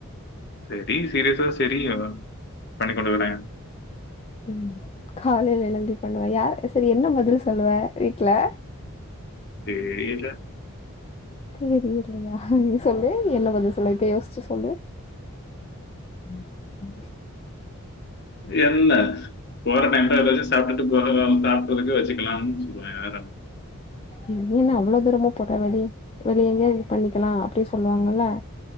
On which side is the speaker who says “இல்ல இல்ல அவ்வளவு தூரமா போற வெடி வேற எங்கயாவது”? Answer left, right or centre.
Left